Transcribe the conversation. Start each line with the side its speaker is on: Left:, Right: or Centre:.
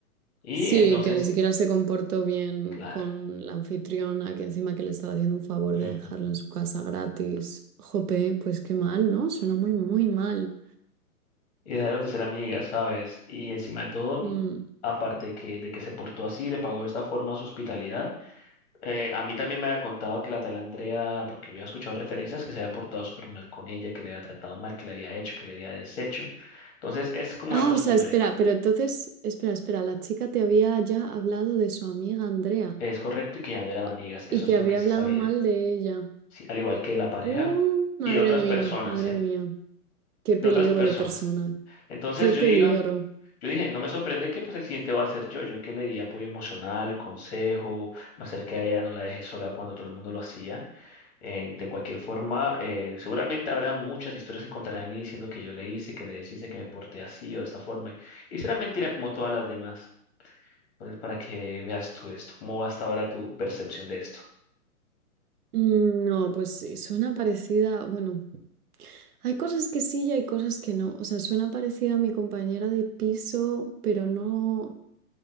Left: Y
Right: Sí,
Left: entonces,
Right: que ni siquiera se comportó bien
Left: claro,
Right: con la anfitriona, que encima que le estaba haciendo un favor
Left: ujú,
Right: de dejarla en su casa gratis. Jope, pues qué mal, ¿no? Suena muy, muy mal.
Left: y dejaron de ser amigas, ¿sabes? Y encima de todo,
Right: Mm.
Left: aparte de que, de que se portó así, le pagó de esta forma su hospitalidad, Eh, a mí también me había contado que la tal Andrea, porque había escuchado referencias, que se había portado súper mal con ella, que le había tratado mal, que le había hecho, que le había deshecho. Entonces es como
Right: Ah,
Left: una costumbre,
Right: o sea, espera, pero entonces, espera, espera, la chica te había ya hablado de su amiga Andrea
Left: es correcto y que ya no eran amigas,
Right: o-
Left: eso
Right: y te
Left: es lo
Right: había
Left: que sí
Right: hablado
Left: sabía,
Right: mal de ella.
Left: sí, al igual que de la pareja
Right: Uh, madre
Left: y de otras
Right: mía,
Left: personas,
Right: madre
Left: ¿eh?
Right: mía, qué
Left: De
Right: peligro
Left: otras personas.
Right: de persona,
Left: Entonces
Right: qué
Left: yo
Right: peligro.
Left: digo, yo dije, no me sorprende que pues el siguiente va a ser yo, yo que le di apoyo emocional, consejo, me acerqué a ella, no la dejé sola cuando todo el mundo lo hacía. Eh, de cualquier forma, eh, seguramente habrá muchas historias que contarán de mí diciendo que yo le hice, que le deshice, que me porté así o de esta forma. Y será mentira como todas las demás. Entonces, para que veas tú esto, cómo va hasta ahora tu percepción de esto.
Right: Mm, No, pues sí, suena parecida, bueno, hay cosas que sí y hay cosas que no. O sea, suena parecida a mi compañera de piso, pero no.